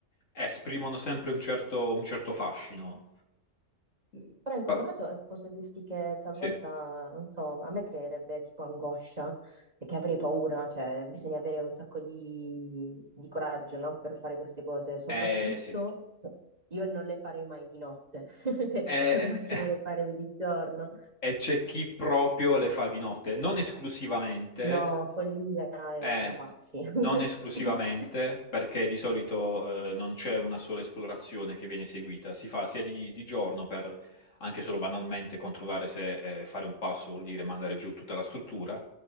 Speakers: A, on the left (about 65°); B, on the right (about 30°).
A: esprimono sempre un certo, un certo fascino. Mm,
B: Però in questo
A: pa-
B: caso eh, posso dirti che talvolta,
A: sì,
B: non so, a me creerebbe tipo angoscia, perché avrei paura, cioè bisogna avere un sacco di, di coraggio, no? Per fare queste cose. Soprattutto
A: eh sì.
B: io non le farei mai di notte, <laughs>
A: Eh,
B: al
A: eh,
B: massimo
A: eh.
B: le farei di giorno.
A: E c'è chi proprio le fa di notte, non esclusivamente,
B: No, follia è
A: eh,
B: da pazzi. <laughs>
A: non esclusivamente, perché di solito eh, non c'è una sola esplorazione che viene eseguita, si fa sia di, di giorno per anche solo banalmente controllare se eh, fare un passo vuol dire mandare giù tutta la struttura,